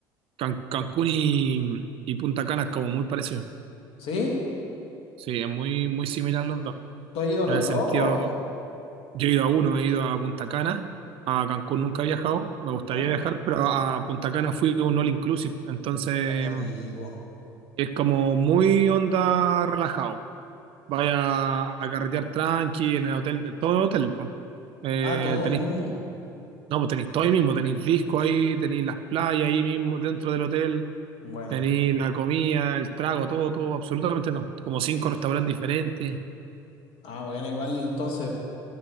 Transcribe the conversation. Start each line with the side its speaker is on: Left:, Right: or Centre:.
Right: Can- Cancún y, y Punta Cana es como muy parecido.
Left: ¿Sí?
Right: Sí, es muy, muy similar los dos.
Left: ¿Tú has ido a
Right: En
Left: los
Right: el sentido,
Left: dos o a uno?
Right: yo he ido a uno, he ido a Punta Cana. A Cancún nunca he viajado, me gustaría
Left: ¿Ya?
Right: viajar, pero a Punta Cana fui a un all inclusive. Entonces,
Left: Oh, qué rico.
Right: es como muy onda relajado. vaya a carretear tranqui en el hotel, todo el hotel, po. Eh,
Left: Ah, todo
Right: tenéis,
Left: hoy mismo.
Right: no, pues tenéis todo ahí mismo, tenéis disco ahí, tenéis las playas ahí mismo dentro del hotel,
Left: Buena.
Right: tenéis la comida, el trago, todo, todo, absolutamente no. Como cinco restaurantes diferentes.
Left: Ah, bueno, igual entonces.